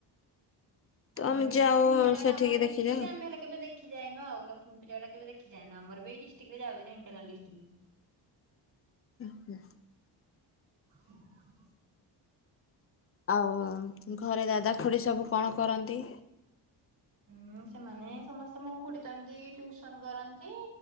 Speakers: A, on the left; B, on the right.
A: ତମେ
B: ଆମର ବି ଏପଟେ
A: ଯାଅ
B: ଢେଙ୍କାନାଳ
A: ସେଠିକି
B: ଆମର ଡିଷ୍ଟ୍ରିକଟ
A: ଦେଖିଯାଅ।
B: ଯେ ଆମେ ହେଲେ କେବେ ଦେଖି ଦେଖି ଯାଇନୁ ଆଉ ଲଷ୍ମୀପୂଜାଟା କେବେ ଦେଖି ଯାଇନୁ ଆମର ଏଇ ଡିଷ୍ଟିକ ରେ ଯାଉ ଢେଙ୍କାନାଳ ଡିଷ୍ଟିକ୍ ରେ।
A: <inaudible>
B: <inaudible>
A: ଆଉ ଘରେ ଦାଦା ଖୁଡି ସବୁ କଣ କରନ୍ତି?
B: ହୁଁ ସେମାନେ ସମସ୍ତେ ମୋ ଖୁଡି ତ ଏମିତି ଟ୍ୟୁସନ କରନ୍ତି।